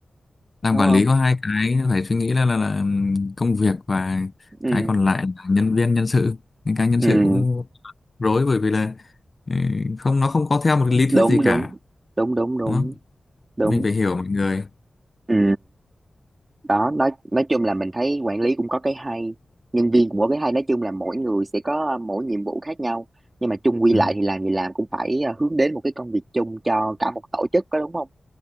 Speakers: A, on the left; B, on the right.
A: làm
B: đúng
A: quản
B: không?
A: lý có hai cái phải suy nghĩ là, là là công việc và
B: Ừ,
A: cái còn lại là nhân viên nhân sự những cái nhân
B: ừ,
A: sự cũng rối bởi vì là ừ, không nó không có theo một cái lý
B: đúng
A: thuyết gì
B: đúng
A: cả
B: đúng đúng đúng
A: đúng không
B: đúng.
A: mình phải hiểu mọi người
B: Ừ. đó nói nói chung là mình thấy quản lý cũng có cái hay nhân viên cũng có cái hay nói chung là mỗi người sẽ có à, mỗi nhiệm vụ khác nhau nhưng mà chung quy
A: Ừ,
B: lại thì làm gì làm cũng phải à, hướng đến một cái công việc chung cho cả một tổ chức có đúng không